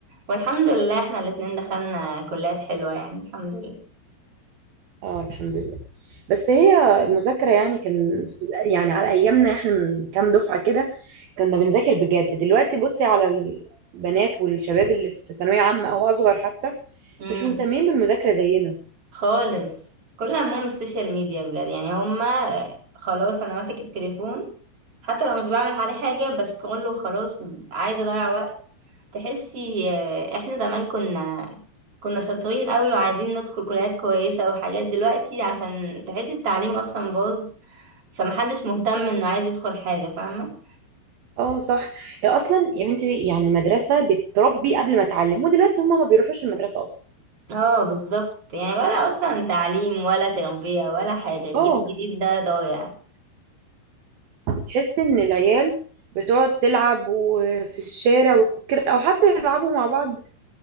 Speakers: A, on the right; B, on the right.
A: والحمد لله احنا الاتنين دخلنا كليات حلوة يعني الحمد
B: اه الحمد لله بس هي المذاكره يعني كان يعني على ايامنا احنا من كام دفعه كده كنا بنذاكر بجد دلوقتي بصي على البنات والشباب اللي في ثانويه عامه او اصغر حتى
A: لله
B: مش مهتمين بالمذاكره زينا
A: خالص كل همهم السوشيال ميديا بجد يعني هما خلاص انا ماسك التليفون حتى لو مش بعمل عليه حاجة بس كله خلاص عايزة اضيع وقت تحسي آه، احنا زمان كنا كنا شاطرين قوي وعايزين ندخل كليات كويسة وحاجات دلوقتي عشان تحسي التعليم اصلا باظ فمحدش مهتم انه عايز يدخل حاجة فاهمة
B: اه صح هي اصلا يا بنتي يعني المدرسه بتربي قبل ما تعلم ودلوقتي هما ما بيروحوش المدرسه اصلا
A: اه بالظبط يعني ولا اصلا تعليم ولا تربية ولا حاجة الجيل
B: اه
A: الجديد ده ضايع
B: تحس ان العيال بتقعد تلعب وفي الشارع وكده او حتى يلعبوا مع بعض